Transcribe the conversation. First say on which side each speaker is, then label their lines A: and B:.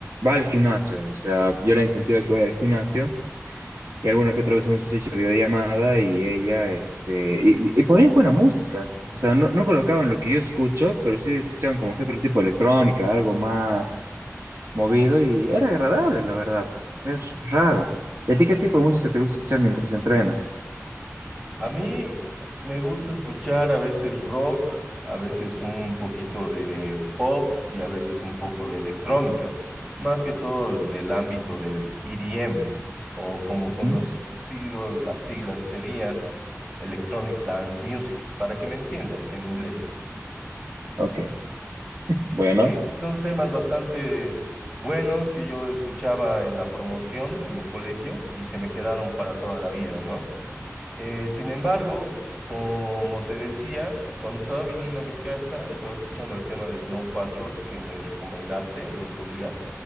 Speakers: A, on the right; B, on the right.
A: va al gimnasio, o sea, yo la incentivo a que vaya al gimnasio, y alguna que otra vez hemos hecho videollamada, y ella, este, y, y y ponía buena música, o sea, no, no colocaban lo que yo escucho, pero sí escuchaban como que otro tipo de electrónica, algo más movido y era agradable, la verdad. Es raro. ¿Y a ti qué tipo de música te gusta escuchar mientras entrenas?
B: A mí me gusta escuchar a veces rock, a veces un poquito de pop y a veces un poco de electrónica, más que todo del ámbito del EDM, o como conocido
A: Ujú,
B: las siglas serían Electronic Dance Music, para que me entiendas en inglés.
A: Ok, bueno,
B: Sí, son temas bastante buenos que yo escuchaba en la promoción de mi colegio y se me quedaron para toda la vida, ¿no? Eh, sin embargo, como te decía, cuando estaba viniendo a mi casa, estaba escuchando el tema de Snow Patrol que me recomendaste el otro día